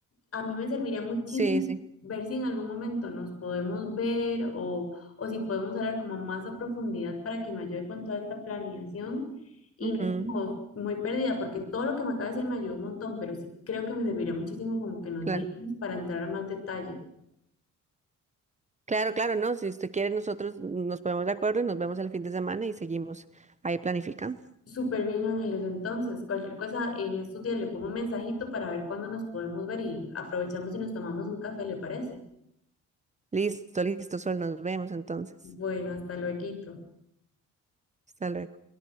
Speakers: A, on the left (about 50°); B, on the right (about 25°).
A: A mí me serviría muchísimo
B: sí, sí.
A: ver si en algún momento nos podemos ver o, o si podemos hablar como más a profundidad para que me ayude con toda esta planeación y
B: Ujú,
A: no ir como muy perdida, porque todo lo que me acaba de decir me ayudó un montón, pero sí creo que me serviría muchísimo como que nos
B: claro.
A: viéramos para entrar a más detalle.
B: Claro, claro, no, si usted quiere, nosotros nos ponemos de acuerdo y nos vemos el fin de semana y seguimos ahí planificando.
A: Súper bien, Ángeles. Entonces, cualquier cosa en estos días le pongo un mensajito para ver cuándo nos podemos ver y aprovechamos y nos tomamos un café, ¿le parece?
B: Listo, listo, Sol, nos vemos entonces.
A: Bueno, hasta luego.
B: Hasta luego.